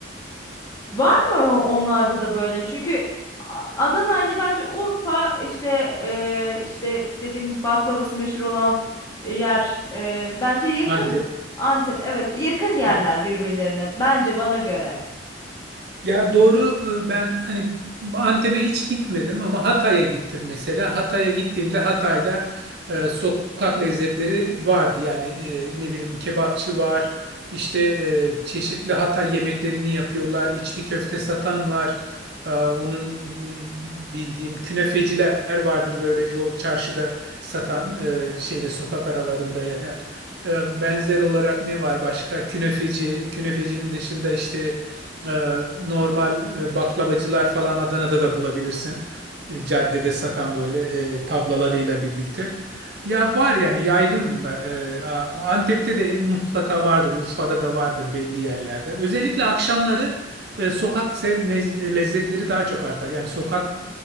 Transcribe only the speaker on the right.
Antep.
e,
Ya doğru e, ben hani Antep'e hiç gitmedim ama Hatay'a gittim mesela. Hatay'a gittiğimde Hatay'da e, sokak lezzetleri vardı. Yani e, ne bileyim kebapçı var, işte e, çeşitli Hatay yemeklerini yapıyorlar, içli köfte satan var. E, onun e, bildiğim künefeciler vardır böyle yol çarşıda satan e, şeyde sokak aralarında yani. E, Benzer olarak ne var başka? Künefeci, künefecinin dışında işte ee, normal e, baklavacılar falan Adana'da da bulabilirsin. E, caddede satan böyle e, tablalarıyla birlikte. Ya var yani yaygın bunlar. Ee, A- Antep'te de mutlaka vardır. Urfa'da da vardır belli yerlerde. Özellikle
akşamları e, sokak se- ne- lezzetleri daha çok artar. Yani sokak